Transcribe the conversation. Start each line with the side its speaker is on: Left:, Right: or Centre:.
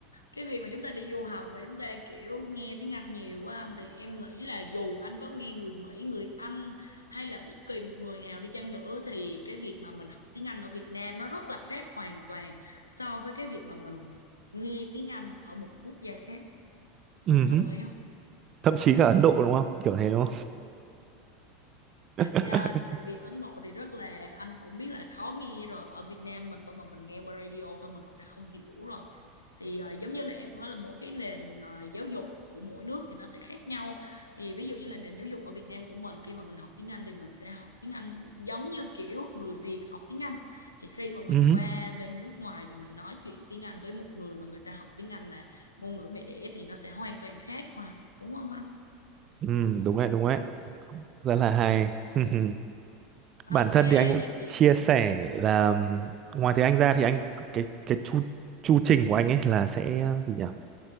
Left: cái việc mà chúng ta đi du học và chúng ta kiểu nghe tiếng Anh nhiều quá anh thì em nghĩ là dù anh có nghe người Mỹ, người Anh hay là bất kỳ một người nào đi chăng nữa thì cái việc mà mình học tiếng Anh ở Việt Nam nó rất là khác hoàn toàn so với cái việc mà mình nghe tiếng Anh ở một quốc gia khác.
Right: ừ
Left: Anh đồng
Right: hứ.
Left: ý không?
Right: thậm chí cả Ấn Độ đúng không kiểu thế đúng không <laughs>
Left: Yeah, tại vì Ấn Độ thì rất là anh cũng biết là khó nghe rồi ở Việt Nam mình tôi mà mình nghe qua radio thôi mình cũng đã không hiểu rồi thì ờ, giống như là em cũng nói là mỗi cái nền ờ, giáo dục của mỗi nước thì nó sẽ khác nhau thì ví dụ như là nền giáo dục ở Việt Nam của mình khi mà mình học tiếng Anh thì mình sẽ học tiếng Anh giống như kiểu người Việt học tiếng Anh thì khi mà mình
Right: Ừ,
Left: qua bên nước ngoài thì mình nói chuyện tiếng Anh với một người mà người ta học tiếng Anh là ngôn ngữ mẹ đẻ thì nó sẽ hoàn toàn khác mà đúng không anh?
Right: ừ, đúng đấy, đúng đấy, rất là hay. <laughs> Bản
Left: Ok
Right: thân thì anh cũng
Left: vậy thì
Right: chia sẻ là um, ngoài tiếng Anh ra thì anh cái cái chu chu trình của anh ấy là sẽ uh, gì nhỉ?